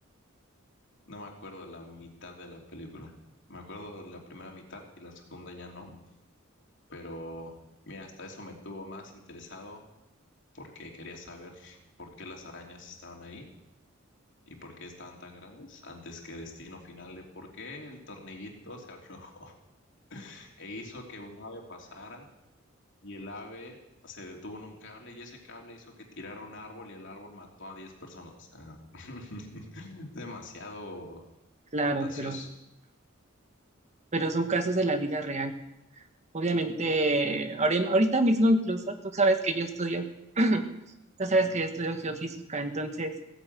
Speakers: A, on the left; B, on the right.
A: no me acuerdo de la mitad de la película. Me acuerdo de la primera mitad y la segunda ya no, pero mira, hasta eso me tuvo más interesado porque quería saber por qué las arañas estaban ahí. ¿Y por qué estaban tan grandes? Antes que destino final de por qué el tornillito se aflojó <laughs> e hizo que un ave pasara y el ave se detuvo en un cable y ese cable hizo que tirara un árbol y el árbol mató a 10 personas. O sea, <laughs> es demasiado
B: Claro,
A: fantasioso.
B: pero, pero son casos de la vida real. Obviamente, ahori- ahorita mismo incluso, tú sabes que yo estudio <clears throat> Tú sabes que yo estudio geofísica, entonces,